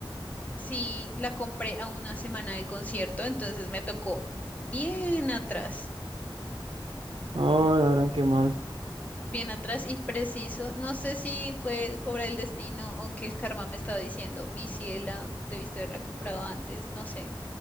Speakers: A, on the left (about 15°); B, on the right (about 75°).
A: sí la compré a una semana del concierto, entonces me tocó bien atrás.
B: Oh, la gran que mal.
A: bien atrás y preciso. No sé si fue obra del destino o que el karma me estaba diciendo, mi ciela, debiste haberla comprado antes, no sé.